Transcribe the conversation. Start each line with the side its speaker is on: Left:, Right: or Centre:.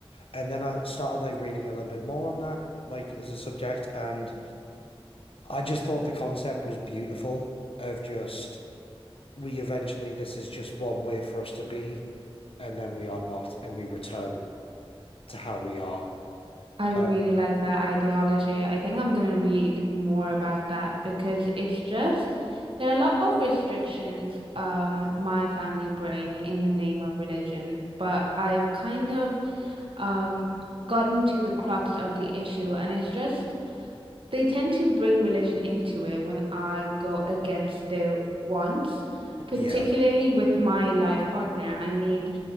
Left: And then I started like reading a little bit more on that, like as a subject, and I just thought the concept was beautiful of just we eventually this is just one way for us to be, and then we are not, and we return to how we are.
Right: I really
Left: Um,
Right: like that ideology. I think I'm gonna read more about that because it's just there are a lot of restrictions um my family bring in the name of religion, but I've kind of um gotten to the crux of the issue and it's just they tend to bring religion into it when I go against their wants, particularly
Left: yeah.
Right: with my life partner. I mean,